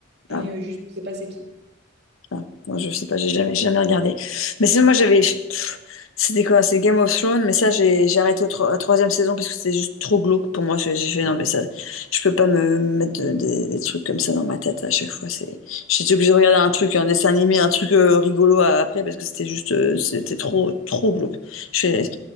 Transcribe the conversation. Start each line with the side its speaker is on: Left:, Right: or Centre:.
Right: Et
Left: Hmm.
Right: euh, juste, tu sais pas c'est qui.
Left: Ah, non, je sais pas, j'ai jamais, jamais regardé. Mais sinon, moi, j'avais. pff, C'était quoi? C'est Game of Thrones, mais ça, j'ai j'ai arrêté au tro- à la troisième saison parce que c'était juste trop glauque pour moi. J'ai j'ai fait, non, mais ça, je peux pas me mettre de- des, des trucs comme ça dans ma tête à chaque fois. C'est, j'étais obligée de regarder un truc, un dessin animé, un truc euh, rigolo à- après parce que c'était juste, euh, c'était trop, trop glauque. Je fais-